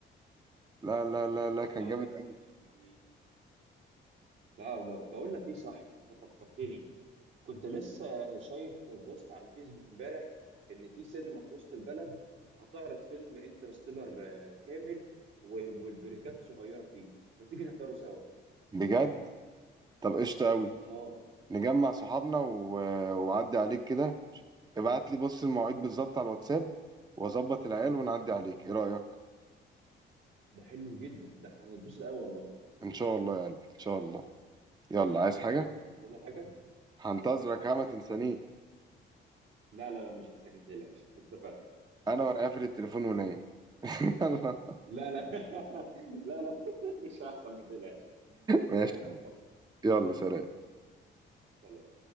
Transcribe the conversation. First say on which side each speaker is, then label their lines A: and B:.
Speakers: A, on the right (about 20°); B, on the right (about 75°).
A: لا لا لا لا
B: لا
A: كان جامد
B: لا
A: قوي
B: جميل لا ب- بقول لك ايه صح انت فكرتني كنت لسه شايف بوست على فيسبوك امبارح ان في سينما في وسط البلد هتعرض فيلم انترستيلر كامل و- والبريكات صغيره فيه ما تيجي نحضره سوا
A: بجد طب قشطة قوي
B: اه
A: نجمع صحابنا و... وعدي عليك كده ابعت لي بص المواعيد بالظبط على الواتساب واظبط العيال ونعدي عليك ايه رأيك
B: ده حلو جدا ده احنا هنتبسط قوي والله
A: ان شاء الله يا قلبي ان شاء الله يلا عايز حاجة
B: مش عايز حاجه
A: هنتظرك ها ما تنسانيش
B: حبيبي لا لا لا مش هنساك ما تقلقش <laughs> اتفقنا
A: انا وانا قافل التليفون ونايم <laughs> يلا
B: لا لا <laughs> لا لا مش هيحصل ما تقلقش بس
A: ماشي
B: انا كنت
A: يا حبيبي.
B: ظبطها
A: يلا سلام
B: سلام